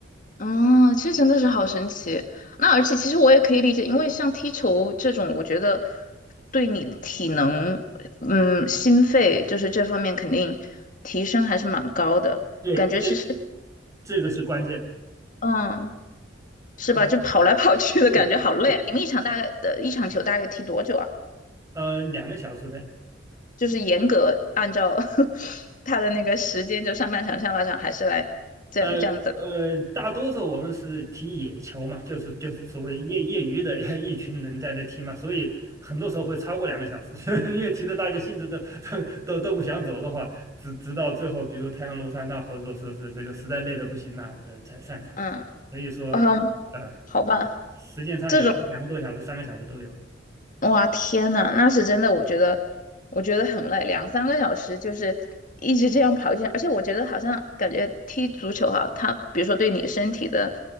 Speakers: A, on the left (about 45°); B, on the right (about 15°).
A: 啊，这真的是好神奇。那而且其实我也可以理解，因为像踢球这种，我觉得对你的体能，嗯，心肺就是这方面肯定提升还是蛮高的。
B: 对，
A: 感觉其实，
B: 这这个是关键。
A: 嗯，是吧？
B: 啊。
A: 就跑来跑去的感觉好累啊。
B: 对对，
A: 你们一场大概的一场球大概踢多久啊？
B: 呃，两个小时呗。
A: 就是严格按照 <laughs> 他的那个时间，就上半场、下半场，还是来这样这样子？
B: 呃呃，大多数我们是踢野球嘛，就是就是所谓业业余的 <laughs> 一群人在那踢嘛，所以很多时候会超过两个小时，<laughs> 因为踢的大家兴致都都都都不想走的话，直直到最后，比如太阳落山呐，或者说是这个实在累的不行了，呃，才散场。
A: 嗯，
B: 所以说，
A: 嗯，
B: 呃，
A: 好吧，
B: 呃时间上有时候两个多小时、
A: 这种。
B: 三个小时都有
A: 哇，天呐，那是真的，我觉得，我觉得很累，两三个小时就是一直这样跑一圈，而且我觉得好像感觉踢足球哈、它比如说对你身体的